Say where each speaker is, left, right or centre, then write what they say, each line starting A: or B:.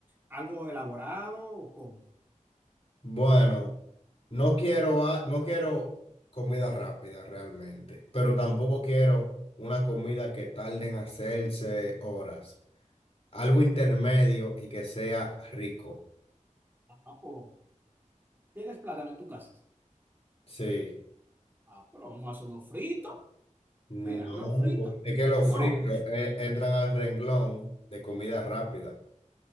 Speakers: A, on the right; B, on the left.
A: algo elaborado, ¿o cómo?
B: Bueno, no quiero, a- no quiero comida rápida realmente, pero tampoco quiero una comida que tarde en hacerse horas. Algo intermedio y que sea rico.
A: Ah, pues, ¿tienes plátano en tu casa?
B: Sí.
A: Ah, pero vamos a hacer unos fritos.
B: No,
A: Mira, los fritos,
B: porque es que los
A: no,
B: fritos eh, entran al renglón de comida rápida.